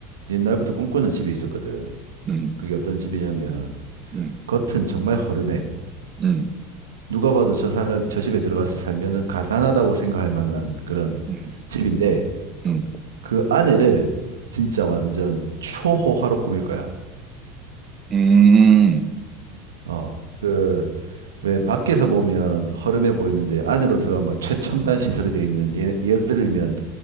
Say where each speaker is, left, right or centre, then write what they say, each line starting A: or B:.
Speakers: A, on the right; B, on the right.
A: 옛날부터 꿈꾸는 집이 있었거든.
B: 음,
A: 그게 어떤 집이냐면
B: 음,
A: 겉은 정말 허름해.
B: 음,
A: 누가 봐도 저 사람이 저 집에 들어가서 살면은 가난하다고 생각할 만한 그런
B: 음,
A: 집인데
B: 음.
A: 그 안에를 진짜 완전 초호화로 꾸밀 거야.
B: 음,
A: 어. 그 왜 밖에서 보면 허름해 보이는데 안으로 들어가면 막 최첨단 시설이 돼 있는 예, 예를 들면